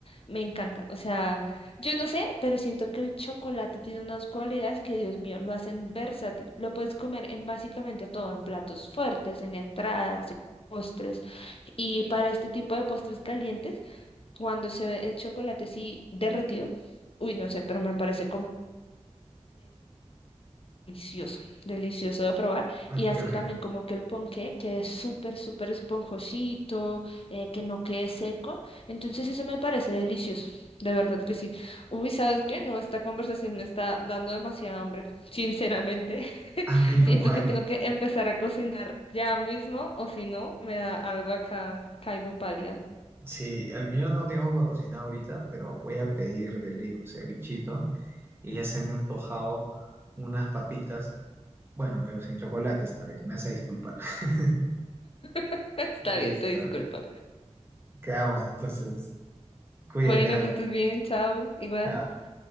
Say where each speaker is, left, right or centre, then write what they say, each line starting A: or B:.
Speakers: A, on the left; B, on the right.
A: me encanta. O sea, yo no sé, pero siento que el chocolate tiene unas cualidades que, Dios mío, lo hacen versátil. Lo puedes comer en básicamente todo, en platos fuertes, en entradas, en postres. Y para este tipo de postres calientes, cuando se ve el chocolate así derretido, uy, no sé, pero me parece como... Delicioso, delicioso de probar.
B: Ay,
A: Y hace
B: qué rico.
A: también como que el ponqué, que es súper, súper esponjosito, eh, que no quede seco. Entonces eso me parece delicioso, de verdad que sí. Uy, ¿sabes qué? No, esta conversación me está dando demasiada hambre, sinceramente. <laughs>
B: A mí
A: Siento
B: igual,
A: que tengo que empezar a cocinar ya mismo, o si no, me da algo acá, caigo pálida.
B: sí, a mí- yo no tengo tiempo para cocinar ahorita, pero voy a pedir de ley un cevichito y ya se me ha antojado unas papitas, bueno, pero sin chocolate esta vez, me vas a disculpar. <laughs>
A: <laughs> Está
B: Listo,
A: bien, te disculpo.
B: quedamos entonces, cuídate,
A: Bueno,
B: Vale.
A: que estés bien, chao, igual.
B: Chao.